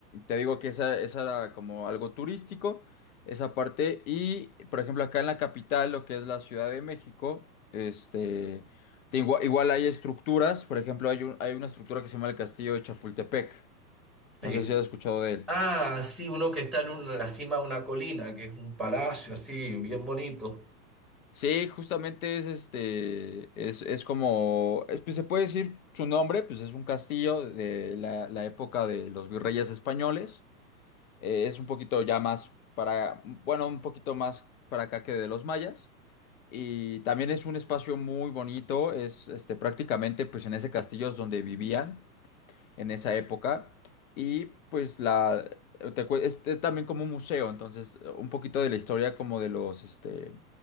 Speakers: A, on the left; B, in the centre.
A: te digo que esa, esa era como algo turístico, esa parte. Y, por ejemplo, acá en la capital, lo que es la Ciudad de México, este... te igua- Igual, hay estructuras, por ejemplo, hay un- hay una estructura que se llama el Castillo de Chapultepec.
B: Sí.
A: No sé si has escuchado de él.
B: Ah, sí, uno que está en un- la cima de una colina, que es un palacio así, bien bonito.
A: Sí, justamente es este, es, es como, es- pues se puede decir su nombre, pues es un castillo de la, la época de los virreyes españoles. Eh, es un poquito ya más para, bueno, un poquito más para acá que de los mayas. Y también es un espacio muy bonito, es este, prácticamente pues en ese castillo es donde vivían en esa época. Y pues la, te cue- es, es también como un museo, entonces un poquito de la historia como de los, este,